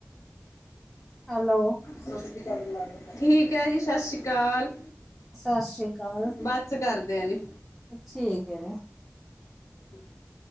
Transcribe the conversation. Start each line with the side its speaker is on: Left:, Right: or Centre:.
Centre: ਹੈਲੋ,
Left: ਸਤਿ ਸ਼੍ਰੀ ਅਕਾਲ, ਠੀਕ ਹੈ ਜੀ ਸਤਿ ਸ਼੍ਰੀ ਅਕਾਲ।
Centre: ਸਤਿ ਸ਼੍ਰੀ ਅਕਾਲ।
Left: ਬੱਸ ਕਰਦੇ ਆ ਜੀ।
Centre: ਠੀਕ ਹੈ ਮੈ
Left: ਏਧਰ ਦੇਖੋ।